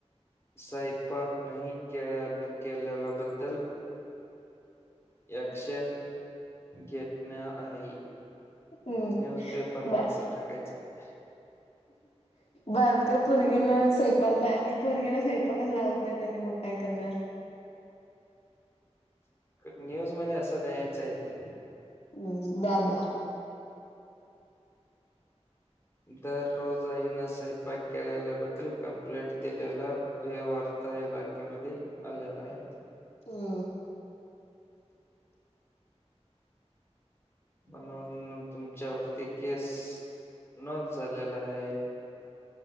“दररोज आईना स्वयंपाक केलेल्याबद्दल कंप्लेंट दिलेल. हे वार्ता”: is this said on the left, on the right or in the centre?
Left